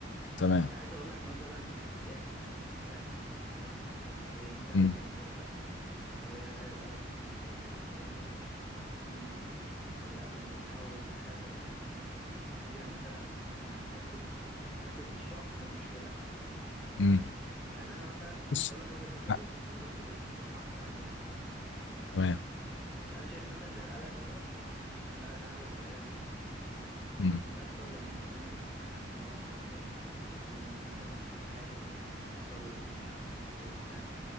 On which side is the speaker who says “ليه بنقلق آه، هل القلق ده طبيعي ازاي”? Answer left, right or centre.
Centre